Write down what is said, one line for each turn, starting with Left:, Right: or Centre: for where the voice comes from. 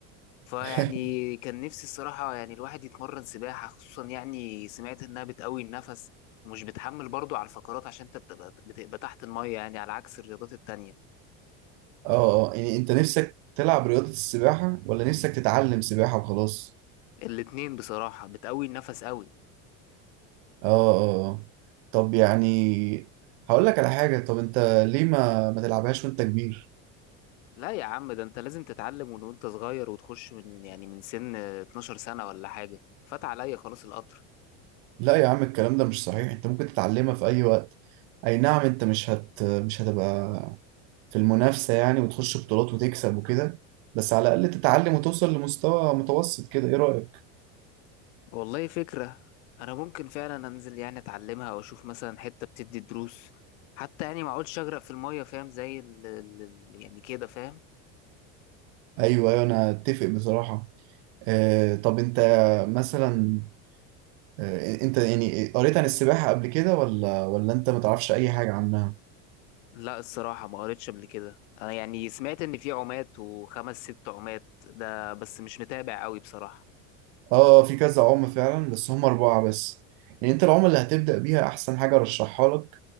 Left: فيعني
Right: <laughs>
Left: كان نفسي الصراحه يعني الواحد يتمرن سباحه خصوصا يعني سمعت انها بتقوي النفس ومش بتحمل برضه على الفقرات عشان انت بتبقى بتبقى تحت الميه يعني على عكس الرياضات التانية
Right: اه اه يعني انت نفسك تلعب رياضة السباحة ولا نفسك تتعلم سباحة وخلاص
Left: الاتنين بصراحه بتقوي النفس قوي
Right: اه اه اه. طب يعني هقول لك على حاجة طب انت ليه ما ما تلعبهاش وانت كبير
Left: لا يا عم ده انت لازم تتعلم من وانت صغير وتخش من يعني من سن 12 سنه ولا حاجه فات عليا خلاص القطر
Right: لا يا عم الكلام ده مش صحيح انت ممكن تتعلمها في اي وقت اي نعم انت مش هت مش هتبقى في المنافسة يعني وتخش بطولات وتكسب وكده بس على الاقل تتعلم وتوصل لمستوى متوسط كده ايه رأيك
Left: والله فكرة أنا ممكن فعلا أنزل يعني أتعلمها أو أشوف مثلا حتة بتدي دروس حتى يعني ما أقعدش أغرق في المية فاهم زي ال ال- يعني كده فاهم
Right: ايوه ايوه انا اتفق بصراحة آه طب انت مثلا آه انت يعني قريت عن السباحة قبل كده ولا ولا انت ما تعرفش اي حاجة عنها
Left: لا الصراحة ما قريتش قبل كده أنا يعني سمعت إن في عمات وخمس ست عمات ده بس مش متابع أوي بصراحة
Right: اه في كذا عملة فعلا بس هم أربعة بس يعني أنت العملة اللي هتبدأ بيها أحسن حاجة أرشحها لك